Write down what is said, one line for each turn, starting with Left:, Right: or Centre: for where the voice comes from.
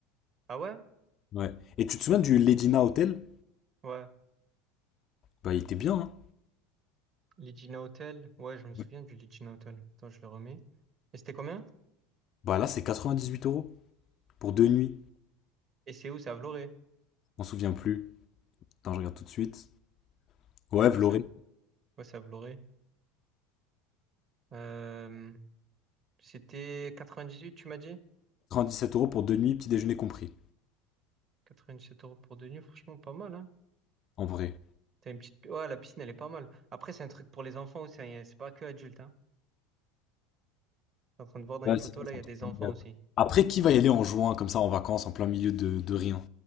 Right: Ah ouais?
Left: Ouais. Et tu te souviens du Ledina Hotel?
Right: Ouais.
Left: Bah, il était bien, hein?
Right: Legina Hotel. Ouais, je me souviens
Left: Ouais.
Right: du Legina Hotel. Attends, je le remets. Et c'était combien?
Left: Bah là, c'est 98 euros pour deux nuits.
Right: Et c'est où? C'est à Vloré.
Left: On se souvient plus. Attends, je regarde tout de suite. Ouais,
Right: Ouais, je crois
Left: Vloré.
Right: ça. Ouais, c'est à Vloré. Euh, C'était 98, tu m'as dit?
Left: sept euros pour deux nuits, petit déjeuner compris.
Right: 97 euros pour deux nuits, franchement, pas mal, hein?
Left: En vrai.
Right: T'as une petite... pi- Ouais, la piscine, elle est pas mal. Après, c'est un truc pour les enfants aussi. hein, y a- C'est pas que adulte, hein. T'es en train de voir dans
Left: Ouais,
Right: les photos,
Left: c'est vrai,
Right: là,
Left: c'est
Right: il y
Left: un
Right: a
Left: truc
Right: des
Left: familial.
Right: enfants aussi.
Left: Après, qui va y aller en juin, comme ça, en vacances, en plein milieu de, de rien?